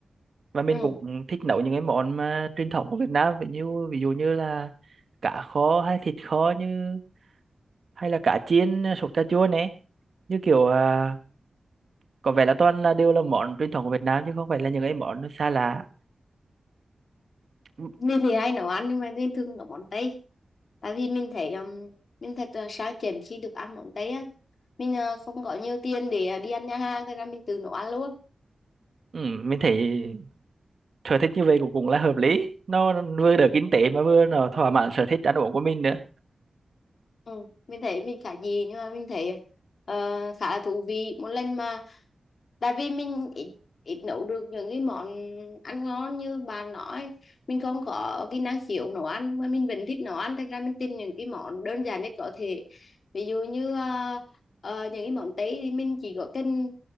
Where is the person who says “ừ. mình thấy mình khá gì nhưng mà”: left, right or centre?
Left